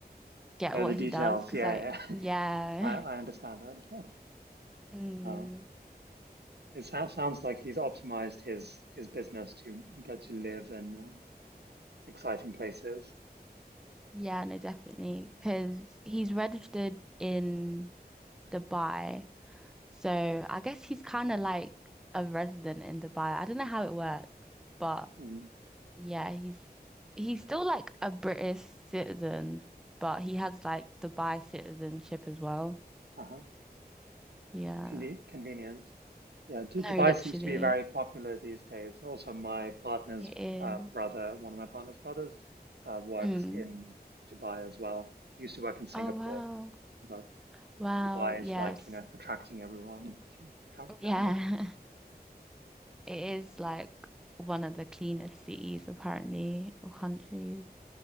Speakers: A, in the centre; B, on the right.
A: get
B: Know
A: what
B: the details.
A: he does because
B: Yeah,
A: like
B: yeah.
A: yeah
B: <laughs> I I understand. I understand.
A: <laughs> mm,
B: Uh, it sou- sounds like he's optimized his his business to get to live in uh, exciting places.
A: yeah no definitely because he's registered in Dubai so I guess he's kind of like a resident in Dubai I don't know how it works but
B: Mhm.
A: yeah he's he's still like a British citizen but he has like Dubai citizenship as well
B: Uh-huh.
A: yeah
B: Conve convenient. Yeah, d Dubai
A: no literally
B: seems to be very popular these days. Also, my partner's
A: it is
B: uh, brother, one of my partner's brothers, uh, works
A: mm.
B: in Dubai as well. He used to work in Singapore,
A: oh wow
B: but
A: wow
B: Dubai is
A: yes
B: like, you know, attracting everyone to come
A: yeah
B: come there.
A: <laughs> It is like one of the cleanest cities, apparently, or countries.